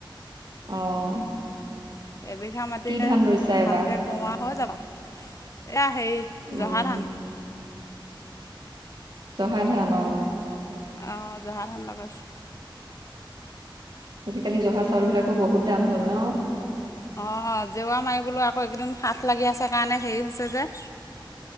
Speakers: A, on the right; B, on the left.
A: অ'।
B: এবিঘা মাটিয়ে
A: কি ধান ৰুইছা
B: ভালকৈ
A: এবাৰ?
B: কৰোঁ আও হৈ যাব, এয়া হেই,
A: উম,
B: জহা ধান।
A: জহা ধান অ'।
B: অ', জহা ধান লগাইছো।
A: আজিকালি জহা চাউল বিলাকো বহুত দাম হ'ল ন
B: অ', জেওৱৰা মাৰিবলৈ আকৌ এইকেদিন সাত লাগি আছে কাৰণে হেৰি হৈছে যে